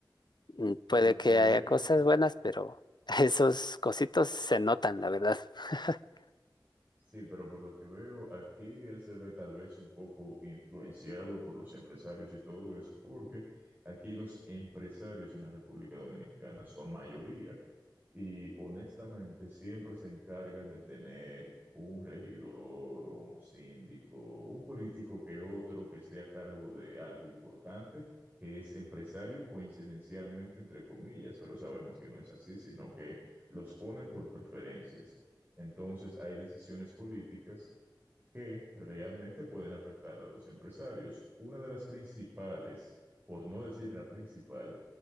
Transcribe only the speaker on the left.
n-
puede
que haya
cosas buenas, pero <laughs> esos cositos se notan, la verdad. <laughs>